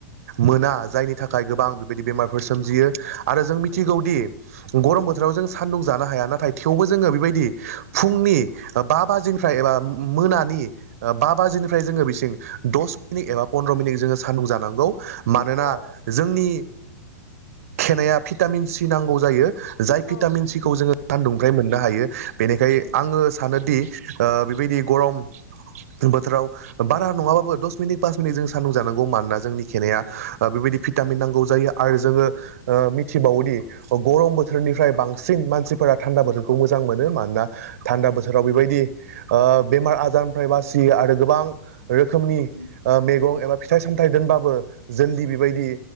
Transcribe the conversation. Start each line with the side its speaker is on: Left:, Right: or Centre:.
Right: मोना जायनि थाखाय गोबां बेबायदि बेमारफोर सोमजियो आरो जों मिथिगौदि गरम बोथोराव जों सान्दुं जानो हाया नाथाय थेवबो जोङो बेबायदि फुंनि बा बाजिनि फ्राय एबा मोनानि ओ बा बाजिनिफ्राय जोङो बिसिं दस मिनिट एबा पन्द्र मिनिट जो स <unintelligible> जानांगौ मानोना
Left: औ
Right: जोंनि खनाया भिटामिन सि नांगौ जायो जाय
Left: औ
Right: भिटामिन सिखौ जोङो सानदुंनिफ्राय मोननो हायो बेनिखायनो
Left: उम
Right: आङो सानोदि ओ बेबायदि गरम बोथोराव बारा नङाबाबो दस मिनिट पास मिनिट जों सान्दुं जानांगौ मानोना जोंनि खेनाया
Left: उम
Right: बेबायदि भिटामिन नांगौ जायो आरो जोङो ओ मिथिबावोदि गरम बोथोरनिफ्राय बांसिन मानसिफोरा थान्दा बोथोरखौ मोजां मोनो मानोना थान्दा बोथोराव बेबायदि बेमार आजारनिफ्राय बासियो आरो गोबां रोखोमनि
Left: उम
Right: ओ मैगं एबा फिथाइ सामथाय दोनबाबो जलदि बेबायदि